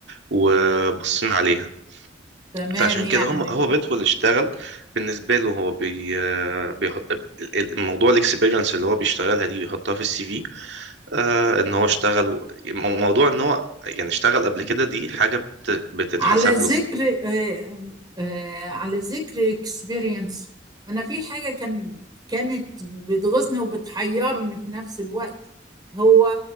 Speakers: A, on the right (about 65°); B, on the right (about 20°).
A: وبصين عليها
B: تمام
A: فعشان
B: يعني
A: كده هم هو بيدخل يشتغل بالنسبه له هو بي بيحط الموضوع الاكسبيرينس اللي هو بيشتغلها دي بيحطها في السي في آه ان هو اشتغل موضوع ان هو يعني اشتغل قبل كده دي حاجه بت- بتتحسب
B: على ذكر
A: له
B: آه، آه، على ذكر اكسبيرينس انا في حاجه كان كانت بتغيظني وبتحيرني في نفس الوقت هو